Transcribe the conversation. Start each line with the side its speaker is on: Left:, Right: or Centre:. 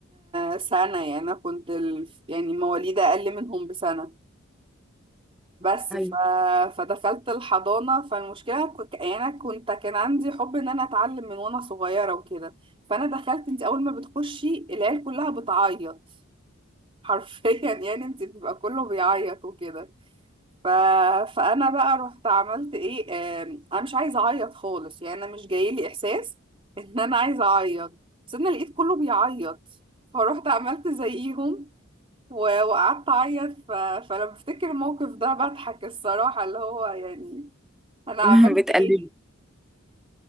Right: آه، سنة يعني أنا كنت ال... يعني مواليد أقل منهم بسنة بس
Centre: ايوه
Right: ف... فدخلت الحضانة فالمشكلة ك- يعني أنا كنت كان عندي حب إن أنا أتعلم من وأنا صغيرة وكده فأنا دخلت أنت أول ما بتخشي العيال كلها بتعيط حرفيا <laughs> يعني أنت بيبقى كله بيعيط وكده ف... فأنا بقى رحت عملت إيه آم، أنا مش عايزة أعيط خالص يعني أنا مش جايلي إحساس <laughs> إن أنا عايزة أعيط بس أنا لقيت كله بيعيط فروحت عملت زيهم و- وقعدت اعيط ف... فلما بفتكر الموقف ده بضحك الصراحة اللي هو يعني انا عملت
Centre: <laughs> بتقلدي
Right: ايه